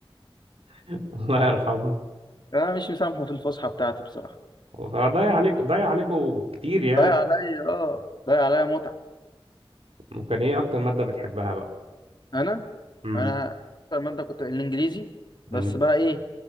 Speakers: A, on the right (about 85°); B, on the left (about 50°).
A: <laughs> الله يرحمه
B: انا مش مسامحه في الفسحه بتاعتي بصراحه
A: فضيع عليك ضيع عليكوا كتير يعني
B: ضايع عليا اه ضايع عليا متعة
A: وكان ايه اكتر مادة بتحبها بقى
B: انا
A: امم
B: انا اكتر مادة كنت الانجليزي بس
A: أمم.
B: بقى ايه